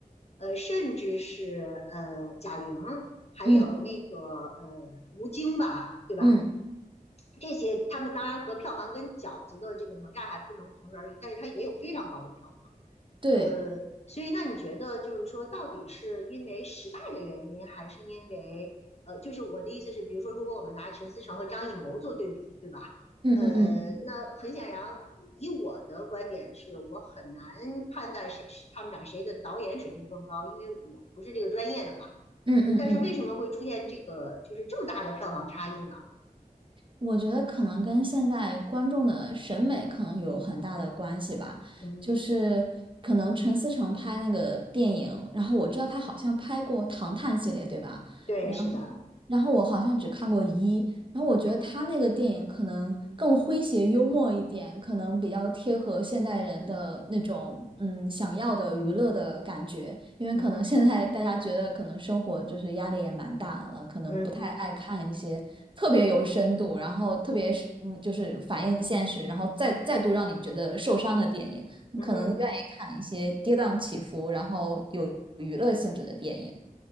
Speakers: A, on the left; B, on the right.
A: 呃，甚至是呃贾玲，还有那个呃
B: 嗯
A: 吴京吧，对吧？
B: 嗯，
A: 这些他们当然和票房跟饺子的这个哪吒还不能同日而语，但是它也有非常高的票
B: 对，
A: 呃，所以那你觉得就是说，到底是因为时代的原因，还是因为呃，就是我的意思是，比如说，如果我们拿陈思诚和张艺谋做对比，对吧？
B: 嗯嗯嗯
A: 呃，那很显然，以我的观点是，我很难判断谁是他们俩谁的导演水平更高，因为我不是这个专业的嘛。
B: 嗯嗯嗯，
A: 呃，但是为什么会出现这个就是这么大的票房差异呢？
B: 我觉得可能跟现在观众的审美可能有很大的关系吧。
A: 嗯，
B: 就是可能陈思诚拍那个电影，然后我知道他好像拍过《唐探》系列，对吧？
A: 对，
B: 然后
A: 是的，
B: 然后我好像只看过一，然后我觉得他那个电影可能更诙谐幽默一点，
A: 嗯哼，
B: 可能比较贴合现代人的那种嗯想要的娱乐的感觉，因为可能现在大家觉得可能生活就是压力也蛮大的了，
A: 嗯哼，
B: 可能不太爱看一些特别有深度，
A: 嗯哼，
B: 然后特别是嗯就是反映现实，然后再再度让你觉得受伤的电影，你可能愿意看一些跌宕起伏，
A: 嗯哼。
B: 然后有娱乐性质的电影。